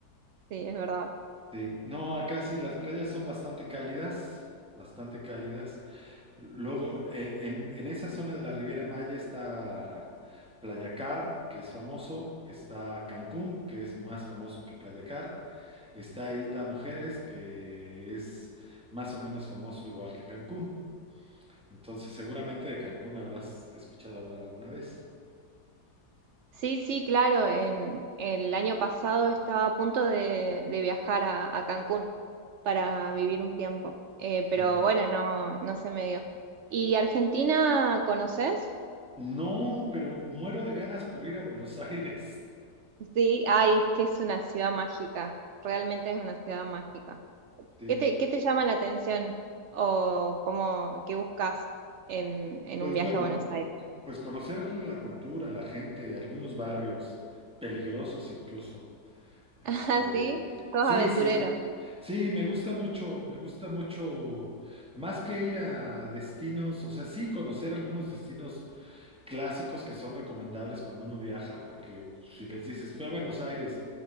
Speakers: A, on the right; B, in the centre.
A: sí, es verdad.
B: Sí, no, acá sí las playas son bastante cálidas, bastante cálidas. Luego, eh, en, en esa zona de la Riviera Maya está Playacar, que es famoso, está Cancún, que es más famoso que Playacar, está Isla Mujeres, que es más o menos famoso igual que Cancún. Entonces, seguramente de Cancún habrás escuchado hablar alguna vez.
A: Sí, sí, claro, en, el año pasado estaba a punto de, de viajar a, a Cancún para vivir un tiempo, eh,
B: Sí.
A: pero bueno, no, no se me dio. ¿Y Argentina conoces?
B: No, pero muero de ganas por ir a Buenos <laughs> Aires.
A: Sí, ay, es que es una ciudad mágica, realmente es una ciudad mágica.
B: Sí.
A: ¿Qué te, qué te llama la atención o cómo, qué buscas en, en
B: Pues
A: un viaje
B: bueno,
A: a Buenos Aires?
B: cu- pues conocer la cultura, la gente, algunos barrios peligrosos incluso. Este,
A: <laughs> Ah, sí, sos
B: sí,
A: aventurero.
B: sí. Sí, me gusta mucho, me gusta mucho más que ir a destinos, o sea, sí conocer algunos destinos clásicos que son recomendables cuando uno viaja, porque si les dices, fue a Buenos Aires